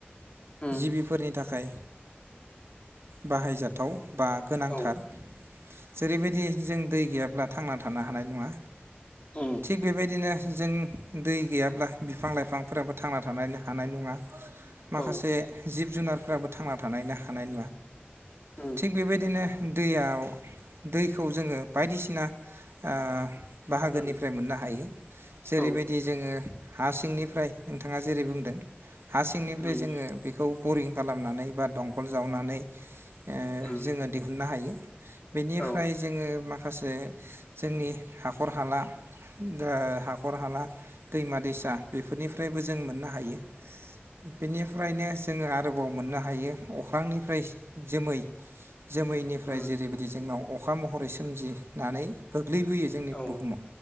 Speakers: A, on the left (about 30°); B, on the right (about 80°).
A: उम
B: जिबिफोरनि थाखाय बाहायजा थाव बा गोनांथार
A: औ
B: जेरैबायदि जों दै गैयाब्ला थांना थानो हानाय नङा
A: उम
B: थिग बेबायदिनो जों दै गैयाब्ला बिफां लाइफांफोराबो थांना थानो हानाय नङा माखासे
A: औ
B: जिबुन जुनारफोराबो थांना थानायनो हानाय
A: उम
B: थिग बेबायदिनो दैयाव दैखौ जोङो बायदिसिना बाहागोनिफ्राय
A: उम
B: मोननो हायो जेरैबायदि
A: औ
B: जोङो हा सिंनिफ्राय नोंथाङा जेरै बुंदों हा सिंनिफ्राय
A: उम
B: जोङो बेखौ बरिं खालामनानै बा दंखल जावनानै ओ
A: उम
B: जोङो दिहुननो हायो बेनिफ्राय
A: औ
B: जोङो माखा माखासे जोंनि हाखर हाला ओ हाखर हाला दैमा दैसा बेफोरनिफ्रायबो जों मोननो हायो बेनिफ्रायनो जोङो आरोबाव मोननो हायो अख्रांनिफ्राय जोमै जोमैनिफ्राय
A: उम
B: जेरैबायदि जोंनाव अखा महरै सोमजिनानै गो गोग्लैबोयो जोंनि
A: औ
B: बुहुमाव